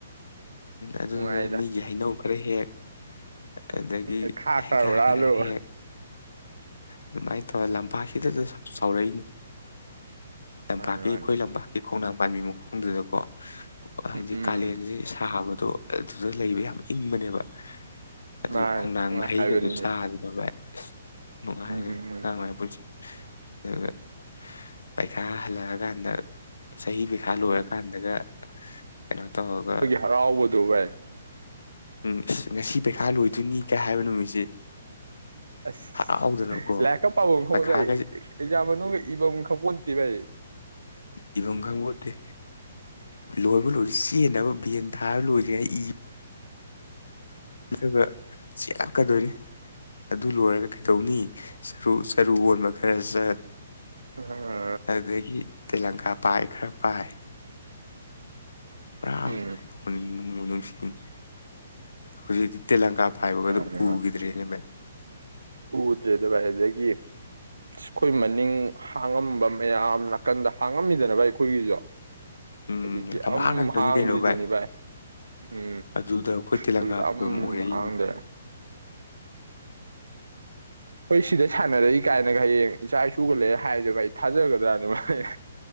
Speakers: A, on the left; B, on the right.
A: ꯑꯗꯨꯗ
B: ꯅꯨꯡꯉꯥꯏꯗ
A: ꯃꯤꯒꯤ ꯍꯩꯅꯧ ꯐꯈꯔ ꯍꯦꯛ ꯑꯗꯒꯤ
B: ꯎ ꯈꯥ
A: ꯍꯩꯈꯥ
B: ꯈꯔꯕꯔꯂꯨ
A: ꯈꯔ ꯍꯦꯛ ꯑꯗꯨꯃꯥꯏꯅ ꯇꯧꯔꯒ ꯂꯝꯄꯥꯛꯁꯤꯗꯗ ꯆꯥꯎꯔꯛꯏꯅꯤ ꯂꯝꯄꯥꯛꯀꯤ
B: ꯃꯥꯅꯤ
A: ꯑꯩꯈꯣꯏ
B: ꯃꯥꯅꯤ
A: ꯂꯝꯄꯥꯛꯀꯤ ꯈꯣꯡꯅꯥ ꯄꯥꯝꯕꯤ ꯃꯈꯣꯡꯗꯨꯅꯀꯣ ꯍꯗꯤ
B: ꯎꯝ ꯎꯝ
A: ꯀꯥꯂꯟꯖꯤ ꯇꯥꯕꯗꯣ ꯑꯗꯨꯗ ꯂꯩꯕ ꯌꯥꯝ ꯏꯪꯕꯅꯦꯕ ꯑꯗꯨ
B: ꯃꯥꯅꯤ
A: ꯈꯣꯡꯅꯥꯡ
B: ꯅꯨꯡꯉꯥꯏꯕꯅꯤꯅꯦ
A: ꯃꯍꯩꯒꯗꯨ ꯆꯥꯗꯅꯕ ꯏꯁ ꯅꯨꯡꯉ
B: ꯎꯝ
A: ꯍꯥꯏꯈ
B: ꯎꯝ ꯎꯝ
A: ꯉꯥꯡꯥꯏ ꯄꯨꯁꯤ ꯑꯗꯨꯒ ꯄꯩꯈꯥ ꯍꯜꯂꯛꯑꯀꯥꯟꯗ ꯆꯍꯤ ꯄꯩꯈꯥ ꯂꯣꯏꯔꯀꯥꯟꯗꯒ ꯌꯦꯅ ꯇ ꯍꯒ
B: ꯍꯔꯥꯎꯕꯗꯨ ꯏ
A: ꯎꯝ ꯑꯁ ꯉꯁꯤ ꯄꯩꯈꯥ ꯂꯣꯏꯗꯣꯏꯅꯤ ꯀꯩ ꯍꯥꯏꯕ ꯅꯨꯃꯤꯠꯁꯦ
B: ꯑꯁ
A: ꯍꯔꯥꯎꯗꯅꯀꯣ
B: ꯂꯥꯏꯔꯤꯛꯀ ꯄꯥꯕ ꯑꯃ ꯈꯪꯕ
A: ꯄꯩꯈꯥꯒꯁꯦ
B: ꯏ ꯑꯦꯛꯖꯥ ꯃꯅꯨꯡꯒ ꯏꯕ ꯑꯃ ꯈꯪꯄꯣꯟ ꯗꯤꯚꯩ
A: ꯏꯕ ꯈꯥꯡꯦ ꯂꯍꯔꯕꯨ ꯁꯤꯟꯅꯅꯕ ꯕꯤꯌꯦꯟꯗ ꯊꯥ ꯂ ꯑꯣꯏꯔꯤꯌꯥ ꯏ ꯆꯕ ꯁꯤ ꯌꯥꯝ ꯀꯗꯣꯅꯤ ꯑꯗꯨ ꯂꯣꯏꯔꯒ ꯀꯩꯗꯧꯅꯤꯔꯨ ꯆꯔꯨ ꯑꯣꯟꯕ ꯈꯔ ꯆ
B: ꯑ
A: ꯑꯗꯨꯗꯒꯤꯗꯒꯤ ꯇꯦꯂꯪꯀꯥ ꯄꯥꯏ ꯈꯔ ꯄꯥꯏ ꯄꯨꯔꯥ
B: ꯎꯝ
A: ꯅ ꯃꯨꯅꯁꯤꯟ ꯍꯧꯖꯤ ꯇꯦꯂꯪꯒꯥ ꯄꯥꯏꯕꯒꯗꯨ
B: ꯃꯥꯅꯦ
A: ꯎꯈꯤꯗ꯭ꯔꯦꯅꯦ
B: ꯃꯥꯅꯦ
A: ꯃ
B: ꯎꯗ꯭ꯔꯦꯗ ꯚꯏ ꯑꯗꯒꯤ ꯑꯩꯈꯣꯏ ꯃꯅꯤꯡ ꯍꯥꯡꯉꯝꯕ ꯃꯌꯥꯝ ꯅꯥꯀꯟꯗ ꯍꯥꯡꯉꯝꯃꯤꯗꯅ ꯚꯥꯏ ꯑꯩꯈꯣꯏꯒꯤꯁꯨꯣ
A: ꯎꯝ
B: ꯍꯧꯖꯤꯛꯇꯤ
A: ꯊꯝꯕꯥꯛ
B: ꯑꯝ
A: ꯉꯥꯛꯇꯅꯤ
B: ꯍꯥꯡꯗ꯭ꯔꯤꯁꯨꯨꯅꯤ
A: ꯀꯩꯅꯣ
B: ꯚꯥꯏ ꯎꯝ
A: ꯑꯗꯨꯗ ꯑꯩꯈꯣꯏ ꯇꯦꯂꯪꯀꯥ
B: ꯍꯧꯖꯤꯛꯇꯤ
A: ꯄꯥꯏꯕꯝ
B: ꯑꯝ
A: ꯑꯣꯏꯔꯛꯏꯅꯤ
B: ꯍꯥꯡꯗꯦ ꯍꯣꯏ ꯁꯤꯗ ꯁꯥꯟꯅꯔꯛꯏ ꯀꯥꯏꯅꯒ ꯍꯌꯦꯡ ꯏꯆꯥ ꯏꯁꯨꯒ ꯂꯩꯔꯦ ꯍꯥꯏꯗꯨꯕ ꯑꯩ ꯊꯥꯖꯒꯗ꯭ꯔꯥꯅꯃ